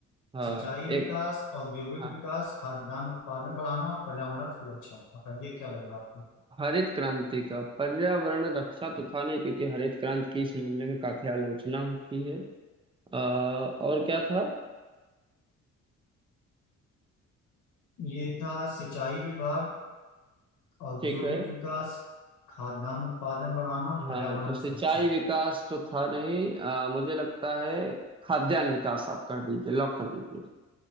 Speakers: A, on the right (about 15°); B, on the left (about 80°).
A: हाँ
B: सिंचाई
A: एक
B: विकास औद्योगिक
A: हाँ,
B: विकास खाद्यान्न उत्पादन बढ़ाना पर्यावरण सुरक्षा बताइए क्या लग रहा है आपको
A: हरित क्रांति का पर्यावरण रक्षा तो था नहीं क्योंकि हरित क्रांति की इस मामले में काफी आलोचना होती है आ, और क्या था
B: ये था सिंचाई विभाग औद्योगिक
A: ठीक है
B: विकास खाद्यान्न उत्पादन बढ़ाना
A: हाँ
B: पर्यावरण
A: तो सिंचाई
B: सुरक्षा
A: विकास तो था नहीं अ, मुझे लगता है खाद्यान्न विकास आप कर दीजिए लॉक कर दीजिए